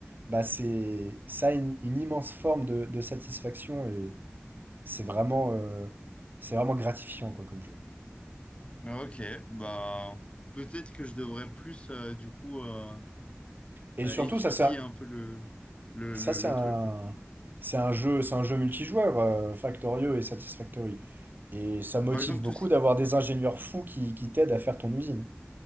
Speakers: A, on the right; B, on the left.
A: bah, c'est, ça a une, une immense forme de, de satisfaction et c'est vraiment, euh, c'est vraiment gratifiant quoi, comme jeu.
B: ok bah peut-être que je devrais plus euh, du coup euh,
A: Et
B: euh,
A: surtout,
B: étudier
A: ça sert.
B: un peu le, le,
A: Ça,
B: le,
A: c'est
B: le
A: un,
B: truc, quoi.
A: c'est un jeu, c'est un jeu multijoueur, euh, Factorio et Satisfactory. Et ça motive
B: Par exemple,
A: beaucoup
B: tout, ce-
A: d'avoir des ingénieurs fous qui, qui t'aident à faire ton usine.